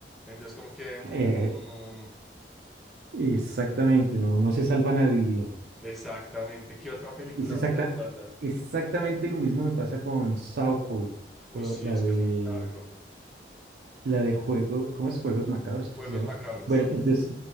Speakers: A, in the centre; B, on the right.
A: Entonces, como que... mm,
B: eh, exactamente, no, no se salva nadie.
A: exactamente. ¿Qué otra película
B: Es exacta,
A: te acuerdas?
B: exactamente lo mismo me pasa con Saw,
A: Uy,
B: la
A: sí,
B: la
A: es
B: de,
A: que es muy largo.
B: la de juego, ¿cómo es? Juegos Macabros, creo
A: Juegos
B: que se llama.
A: macabros,
B: Bueno,
A: sí,
B: entonces
A: sí, sí.